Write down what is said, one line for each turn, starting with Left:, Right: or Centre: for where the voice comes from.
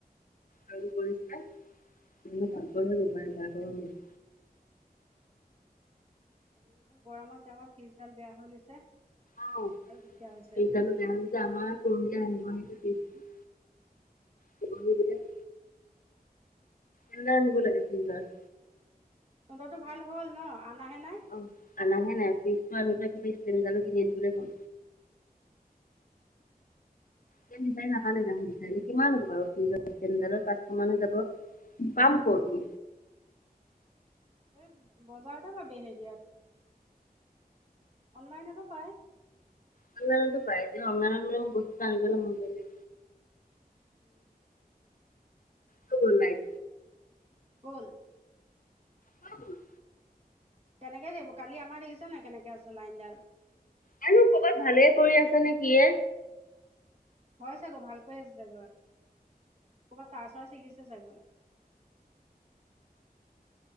Left: কাম কৰিছে <unintelligible>
Right: উম।
Left: পাকঘৰ হৈ যাবাৰগৰমত।
Right: ইমান গৰমত আমাৰ ফিজডাল বেয়া হৈ লৈছে।
Left: আহ,
Right: আৰু দিগদাৰ হৈছে।
Left: ফ্ৰিজদালো জ আমাৰ পৰহীলে আনিব নেকি ফিছটো, দিবহি বোলে। এৱালে আনিব লাগে চোন <unintelligible>
Right: মটৰটো ভাল হ'ল ন, অনাহে নাই?
Left: অ আনাহে নাই। ফিজটো আনোতে একেবাই ষ্টেনডালো কিনি আনিবলৈ কম।
Right: উম
Left: <unintelligible> বিচাৰি নাপানে জা বিচাৰিলে কিমান হব বাৰু ফিজৰ ইছটেনডালত, পাঁচশ মানে যাব। পাম
Right: অ',
Left: ক'তনো।
Right: এই বজাৰতে পাবি হেৰিয়াত, অনলাইনতো পায়।
Left: অনলাইনটো পাই। কিন্তু অনলাইন মানে মোৰ বস্তুটো আনিবলৈ মন যোৱা নাই।
Right: উম।
Left: টো গ'ল লাইট।
Right: বল।
Left: হ। <unintelligible>
Right: কেনেকে দিব, কালি আমাৰ দেখিছে নাই কেনেকে আছে লাইনডাল।
Left: জানো ক'বাত ভালে কৰি আছে নে কিয়ে।
Right: হয় চাগৈ, ভালকৈ আছে চাগৈ, ক'ৰবাত তাৰ চাৰ ছিগিছে চাগৈ।